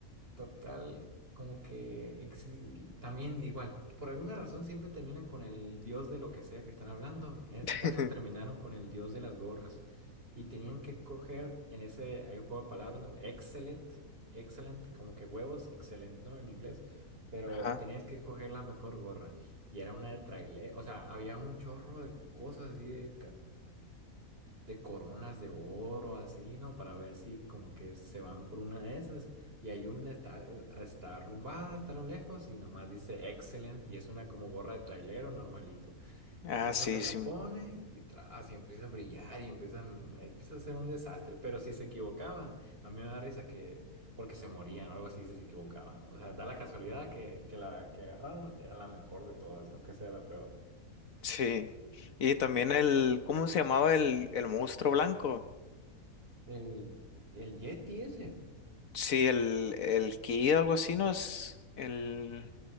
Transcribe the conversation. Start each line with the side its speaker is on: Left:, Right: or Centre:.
Right: Total, como que exi- también igual, por alguna razón siempre terminan con el dios de lo que sea que están hablando. En este
Left: <laughs>
Right: caso terminaron con el dios de las gorras y tenían que coger en ese, hay un juego de palabras, ¿no? Excellent, excellent, como que huevos, excellent, ¿no? En inglés, pero
Left: Ajá.
Right: tenías que escoger la mejor gorra y era una de trailer, o sea, había un chorro de cosas así de, de coronas de oro, así, ¿no? Para ver si como que se van por una de esas. Y hay una, está, está arrumbada hasta lo lejos y nomás dice Excellent y es una como gorra de trailero normalito.
Left: Ah,
Right: Y esa
Left: sí,
Right: se la
Left: sí,
Right: pone y tras, y empieza a brillar y empiezan, empieza a ser un desastre. Pero si se equivocaba, a mí me da risa que, porque se morían o algo así, si se equivocaban, ¿no? O sea, da la casualidad que, que la que agarraron era la mejor de todas, aunque sea la peor.
Left: sí. Y también el, ¿cómo se llamaba el, el monstruo blanco?
Right: El, el Yeti ese.
Left: Sí, el, el Ki, algo así, ¿no? Es el,